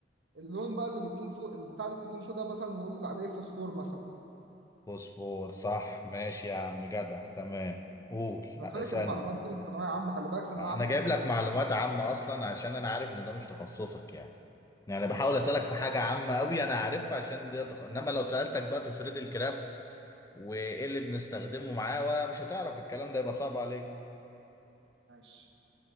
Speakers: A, on the right; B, on the left.
A: اللون بقى اللي بيكون فوق البتاع اللي بيكون فوق ده مثلا نقول عليه فوسفور مثلا
B: فوسفور صح ماشي يا عم جدع تمام قول
A: انا
B: لا،
A: فاكر
B: اسألني
A: المعلومات دي من ثانويه عامه خلي بالك ثانويه
B: انا
A: عامه
B: جايب
A: كنت
B: لك
A: <laughs>
B: معلومات عامة اصلا عشان انا عارف ان ده مش تخصصك يعني يعني
A: ماشي
B: بحاول
A: يا
B: اسألك
A: عم
B: في حاجة عامة قوي انا عارفها عشان دي تق... انما لو سألتك بقى في فريد الكرافت وايه اللي بنستخدمه معاه ومش هتعرف الكلام ده يبقى صعب عليك
A: ماشي